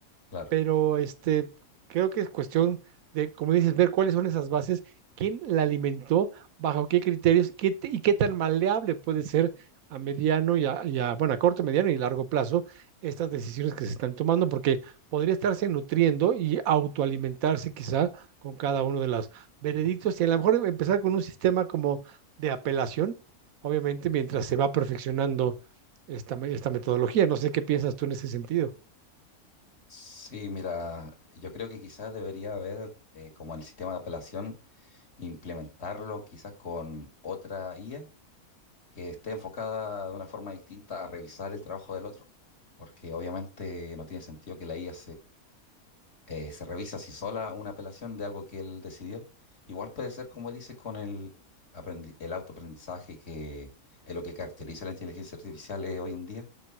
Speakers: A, on the left; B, on the right.
A: claro.
B: pero este, creo que es cuestión de, como dices, ver cuáles son esas bases, quién la alimentó, bajo qué criterios qué t- y qué tan maleable puede ser a mediano y a, y a, bueno, a corto, mediano y largo plazo estas decisiones que se están tomando, porque podría estarse nutriendo y autoalimentarse quizá con cada uno de los veredictos y a lo mejor empezar con un sistema como de apelación, obviamente mientras se va perfeccionando esta, me- esta metodología. No sé qué piensas tú en ese sentido.
A: Sí, mira, yo creo que quizás debería haber, eh, como en el sistema de apelación, implementarlo quizás con otra IA que esté enfocada de una forma distinta a revisar el trabajo del otro. Porque obviamente no tiene sentido que la IA eh, se revisa si sola una apelación de algo que él decidió. Igual puede ser, como dices, con el, aprendi- el autoaprendizaje, que es lo que caracteriza la inteligencia artificial eh, hoy en día,